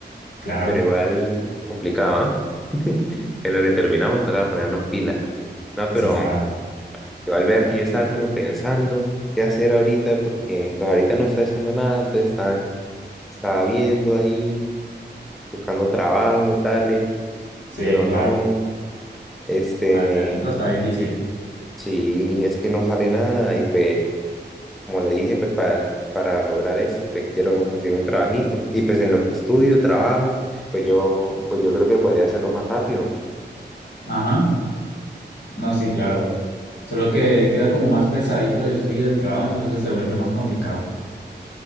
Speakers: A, on the left (about 65°); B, in the centre.
A: Claro,
B: Pero igual complicado, ¿ah? <laughs> En lo que terminamos, toca ponernos pilas. No, pero
A: sí está.
B: Igual vea que yo estaba como pensando qué hacer ahorita, porque pues ahorita no estoy haciendo nada, entonces está- estaba viendo ahí, buscando trabajo, tales,
A: Sí,
B: pero
A: claro.
B: no, este,
A: Planteamiento Está difícil.
B: sí, es que no sale nada y pues, como le dije, pues para, para lograr eso, pues quiero conseguir un trabajito y pues en lo que estudio, trabajo, pues yo, pues yo creo que podría hacerlo más rápido.
A: Ajá. No, sí, claro. Solo que queda como más pesadito el estudio del trabajo, entonces se vuelve más complicado.